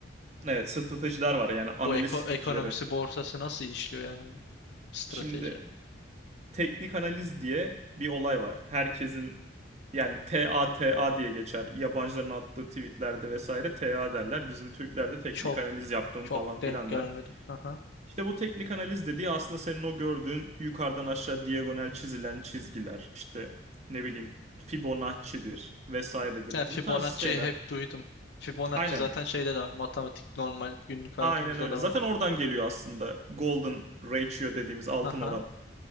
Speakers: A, on the right (about 35°); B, on the left (about 60°).
A: evet stratejiler var yani analiz
B: Bu eko-
A: stratejileri.
B: ekonomisi borsası nasıl işliyor yani bunun? Strateji.
A: Şimdi teknik analiz diye bir olay var. Herkesin yani T T A T A diye geçer. Yabancıların attığı tweetlerde vesaire T A derler. Bizim Türklerde teknik
B: Çok
A: analiz yaptım
B: çok
A: falan filan
B: denk gelmedim.
A: der.
B: Aha.
A: İşte bu teknik analiz dediği aslında senin o gördüğün yukarıdan aşağı diagonal çizilen çizgiler, işte ne bileyim Fibonacci'dir vesairedir.
B: Ya Fibonacci'yi
A: Bu tarz şeyler.
B: hep duydum. Fibonacci
A: Aynen.
B: zaten şeyde de var. Matematik normal günlük hayatımızda
A: Aynen öyle.
B: da
A: Zaten
B: var.
A: oradan geliyor aslında golden ratio dediğimiz altın
B: Aha,
A: oran.